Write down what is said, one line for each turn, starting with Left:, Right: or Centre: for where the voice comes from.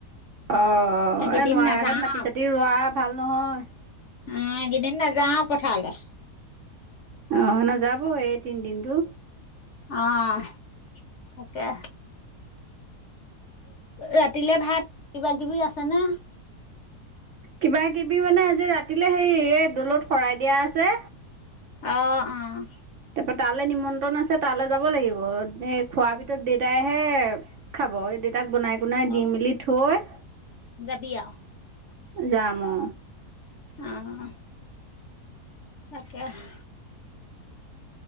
Right: অঁ অ
Left: এইকেইদিন
Right: এই নোৱাৰা
Left: নাযাওঁ
Right: আগত মাটি চাটি ৰোৱা ভাল নহয়।
Left: অ কেইদিন নাযাওঁ পথাৰলে।
Right: অ নাযাবই এই, তিনদিনটো
Left: অহ তাকে। ৰাতিলে ভাত কিবা কিবি আছে নে?
Right: কিবাকিবি মানে আজি ৰাতিলে হেৰি এই দলত শৰাই দিয়া আছে।
Left: অ অ।
Right: তাৰপৰা তালৈ নিমন্ত্ৰণ আছে তালৈ যাব লাগিব খোৱাৰ ভিতৰত দেউতাইহে। খাব এই দেতাক বনাই কুনাই দি
Left: অ'
Right: মেলি থৈ।
Left: যাবি আও।
Right: যাম অ।
Left: উম। তাকে হে।